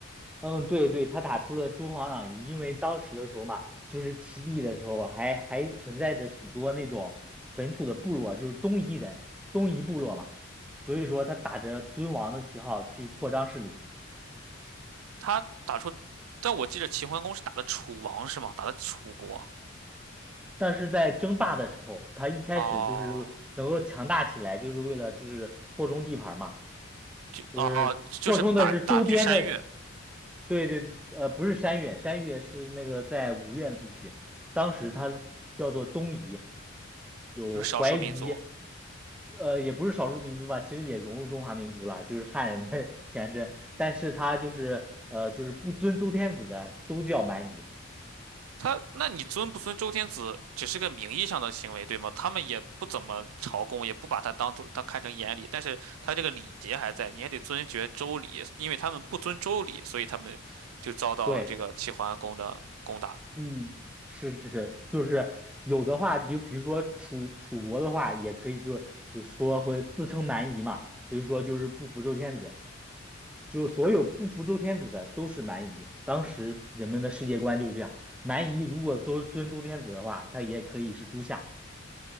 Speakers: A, in the centre; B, on the right (about 85°).
A: 嗯，对对，他打出了诸侯攘夷，因为当时的时候嘛，就是齐地的时候还还存在着许多那种本土的部落，就是东夷人、东夷部落嘛，所以说他打着尊王的旗号去扩张势力，
B: 他打出，但我记得齐桓公是打的楚王是吗？打的楚国。
A: 但是在争霸的时候，他一开始就是能够强大起来，
B: 哦，
A: 就是为了就是扩充地盘儿嘛，
B: 就哦，
A: 就是扩充的是周边的
B: 就是打打击山岳，
A: 对对对，呃，不是山越，山越是那个在五院的地区，当时它叫做东夷，有怀夷，
B: 就是少数民族。
A: 呃，也不是少数民族吧，其实也融入中华民族了，就是汉人的 <laughs> 前身，但是他就是呃，就是不尊周天子的都叫蛮夷。
B: 他，那你尊不尊周天子，只是个名义上的行为，对吗？他们也不怎么朝贡，也不把他当做当看成眼里，但是他这个礼节还在，你还得尊爵周礼，因为他们不遵周礼，所以他们就遭到了这个齐桓公的攻打。
A: 对，嗯，是是是，就是有的话，就比如说楚楚国的话，也可以就就说会自称蛮夷嘛，所以说就是不服周天子。就是所有不服周天子的都是蛮夷。当时人们的世界观就是这样，蛮夷如果都尊周天子的话，他也可以是诸夏。